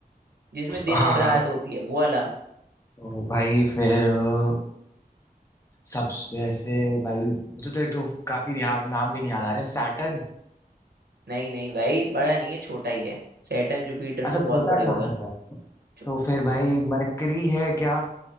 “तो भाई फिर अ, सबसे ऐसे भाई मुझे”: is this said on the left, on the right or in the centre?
Left